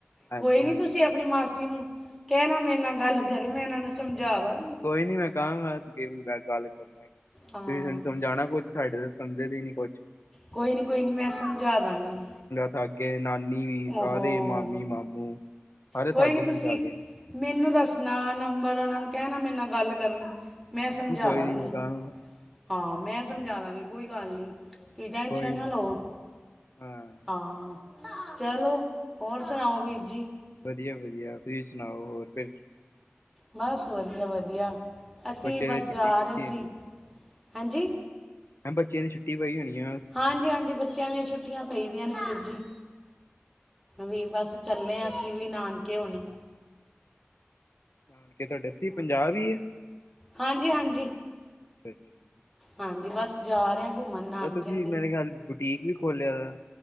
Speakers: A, on the left; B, in the centre.
A: ਹਾਂਜੀ
B: ਕੋਈ ਨੀ
A: ਹਾਂਜੀ
B: ਤੁਸੀਂ ਆਪਣੀ ਮਾਸੀ ਨੂੰ ਕਹਿਣਾ ਮੇਰੇ ਨਾਲ ਗੱਲ ਕਰੇ ਮੈਂ ਇਹਨਾਂ ਨੂੰ ਸਮਝਾ ਵਾਂ।
A: ਕੋਈ ਨੀ ਮੈਂ ਕਹਾਂਗਾ ਗੱਲ ਕਰਨਗੇ ਤੁਸੀਂ
B: ਹਾਂ
A: ਸਾਨੂੰ ਸਮਝਾਉਣਾ ਕੁੱਝ ਸਾਡੇ ਤਾਂ ਸਮਝ ਦੇ ਨੀ ਕੁਛ
B: ਕੋਈ ਨੀ ਕੋਈ ਨੀ ਮੈਂ ਸਮਝਾ ਦਾਂਗੀ।
A: ਥੱ ਕ ਗੇ ਨਾਨੀ ਵੀ ਸਾਰੇ
B: ਓਹੋ
A: ਮਾਮੀ, ਮਾਮੂ ਸਾਰੇ
B: ਕੋਈ
A: ਥੱਕ
B: ਨੀ
A: ਗਏ ਸਮਝਾ
B: ਤੁਸੀਂ
A: ਕੇ
B: ਮੈਨੂੰ ਦੱਸਣਾ ਨੰਬਰ ਉਹਨਾਂ ਨੂੰ ਕਹਿਣਾ ਮੇਰੇ ਨਾਲ ਗੱਲ ਕਰਨ ਮੈਂ
A: ਹਾਂਜੀ
B: ਸਮਝਾ
A: ਕੋਈ
B: ਦਾਂਗੀ
A: ਨੀ ਮੈਂ ਕਹਾਂਗਾ।
B: ਹਾਂ ਮੈਂ ਸਮਝਾ ਦਾਂਗੀ ਕੋਈ ਗੱਲ ਨਹੀਂ। ਤੁ ਟੈਨਸ਼
A: ਕੋਈ
B: ਨਾ
A: ਨੀ
B: ਲੋਹਾ
A: ਹਾਂ
B: ਹਾ ਚਲੋ ਹੋਰ ਸੁਣਾਓ ਵੀਰ ਜੀ
A: ਵਧੀਆ ਵਧੀਆ ਤੁਸੀਂ ਸੁਣਾਓ ਹੋਰ ਫਿਰ
B: ਬਸ ਵਧੀਆ, ਵਧੀਆ। ਅਸੀਂ
A: ਬੱਚੇ
B: ਬਸ
A: ਦੀ
B: ਜਾ
A: ਛੁੱਟੀ ਪਈ
B: ਰਹੇ
A: ਦੀ
B: ਸੀ
A: ਹੈਨੀ
B: ਹਾਂਜੀ।
A: ਮੈਂੱਚਿਆਂ ਦੀਛੁੱਟੀ ਪਈ ਹੋਣੀ ਆ।
B: ਹਾਂਜੀ, ਹਾਂਜੀ। ਬੱਚਿਆਂ ਦੀਆਂ ਛੁੱਟੀਆਂ ਪਈਦੀਆਂ ਨੇ ਜੀ। ਜੀ। ਵੀ ਬਸ ਚੱਲੇ ਆ ਅਸੀਿਵੀ ਨਾਨਕੇ ਹੋਣ
A: ਨਾਨਕੇ ਤੁਹਾਡੇ ਇਥੇ ਪੰਜਾਹ ਹੀਮ
B: ਹਾਂਜੀ ਹਾਂਜੀ
A: ਆਛਾ, ਅੱਛਾ।
B: ਹਾਂਜੀ। ਬਸ। ਜਾ ਰਹੇ ਹਾਂ ਘੁੰਮਣ ਨਾਨਕਿਆਂ
A: ਤੁਸੀਂ
B: ਦੇ
A: ਮੇਰੇ ਖਿਆਲ ਟੀਕ ਵੀ ਖੋਲਿਆ ਦਾ